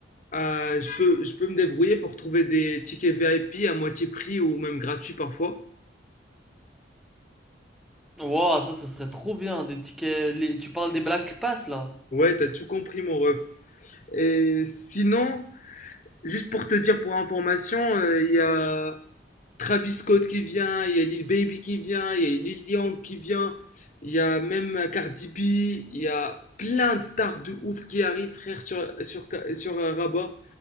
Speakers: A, on the left; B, in the centre.
A: euh, je peux, je peux me débrouiller pour trouver des tickets VIP à moitié prix ou même gratuits parfois.
B: Wow, ça ça serait trop bien, des tickets. les- Tu parles des Black Pass là.
A: Ouais, t'as tout compris, mon ref. Et sinon, juste pour te dire pour information, euh, il y a. Travis Scott qui vient, il y a Lil Baby qui vient, il y a Lil Yang qui vient, il y a même Cardi B, il y a plein de stars de ouf qui arrivent, frère, sur, sur, sur euh, Rabat.